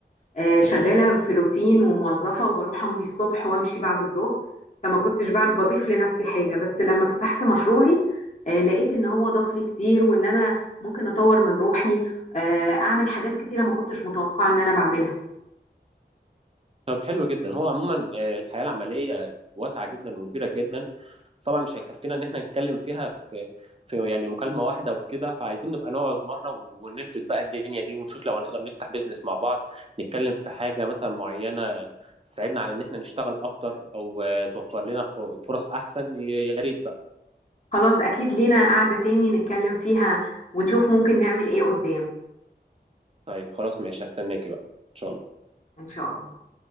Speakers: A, on the left; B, on the right.
A: آه، شغالة في روتين وموظفة وبروح أمضي الصبح وأمشي بعد الظهر فما كنتش بعمل بضيف لنفسي حاجة بس لما فتحت مشروعي آه، لقيت إن هو ضاف لي كتير وإن أنا ممكن أطور من روحي آه، أعمل حاجات كتيرة ما كنتش متوقعة إن أنا بعملها
B: طب حلو جدا هو عموما آه، الحياة العملية واسعة جدا وكبيرة جدا طبعا مش هيكفينا ان احنا نتكلم فيها في في يعني مكالمة واحدة وكده فعايزين نبقى نقعد مرة ونفرد بقى الدنيا دي ونشوف لو هنقدر نفتح بيزنس مع بعض نتكلم في حاجة مثلا معينة تساعدنا على ان احنا نشتغل اكتر او آه، توفر لنا ف- فرص احسن يا يا ريت بقى
A: خلاص أكيد لينا قعدة تاني نتكلم فيها ونشوف ممكن نعمل إيه قدام
B: طيب خلاص ماشي هستناكي بقى ان شاء الله
A: إن شاء الله